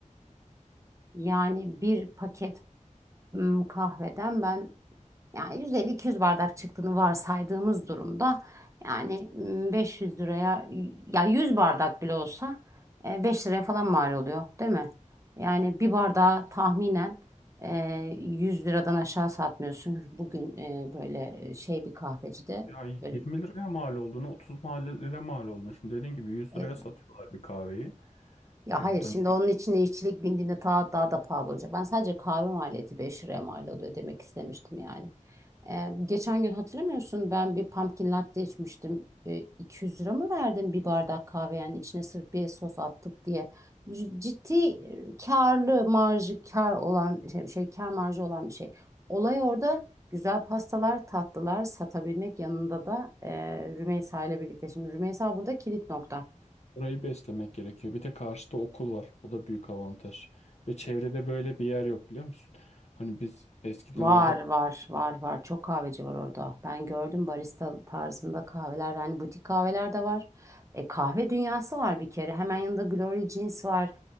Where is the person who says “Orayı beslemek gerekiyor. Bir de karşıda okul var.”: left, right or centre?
Left